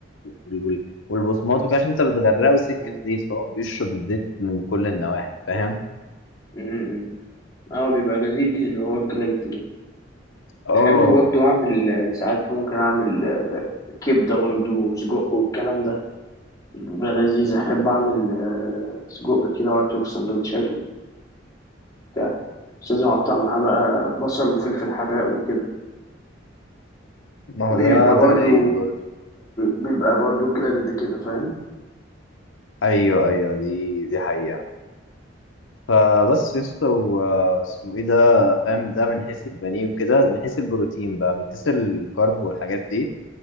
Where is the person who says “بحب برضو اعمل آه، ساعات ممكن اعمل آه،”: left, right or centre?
Left